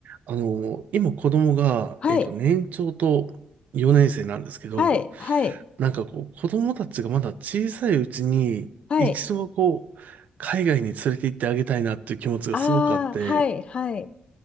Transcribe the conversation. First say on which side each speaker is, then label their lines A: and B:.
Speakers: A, on the right; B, on the left.
A: あの、今子供が、
B: はい、
A: えっと、年長と4年生なんですけど、
B: はい、はい、
A: なんかこう、子供たちがまだ小さいうちに、
B: はい。
A: 一度はこう、海外に連れて行ってあげたいなっていう気持ちがすごくあって、
B: ああ、はい、はい、